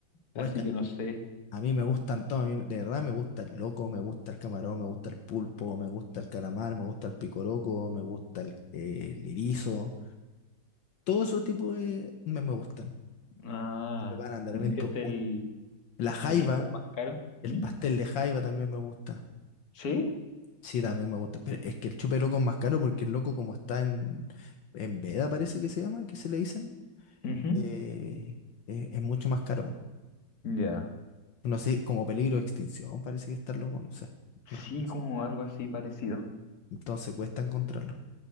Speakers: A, on the left (about 75°); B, on the left (about 50°).
A: ¿O
B: así
A: es, ca-
B: que no sé.
A: A mí me gustan todos, a mí de verdad me gusta el loco, me gusta el camarón, me gusta el pulpo, me gusta el calamar, me gusta el picoroco, me gusta el, eh, el erizo. Todo ese tipo de me, me gustan.
B: Ah,
A: Preparan de elemento
B: ¿viste
A: un-
B: el,
A: la jaiba,
B: el que es como más caro?
A: el
B: ¿Mm?
A: pastel de jaiba también me gusta.
B: ¿Sí?
A: Sí, también me gusta. Pero es que el chupe loco es más caro porque el loco como está en, en veda, parece que se llama, que se le dicen,
B: Ujú.
A: eh, es, es mucho más caro.
B: Ya.
A: No sé, como peligro de extinción, parece que está el loco, no sé. <laughs>
B: Sí, como algo así parecido.
A: Entonces cuesta encontrarlo.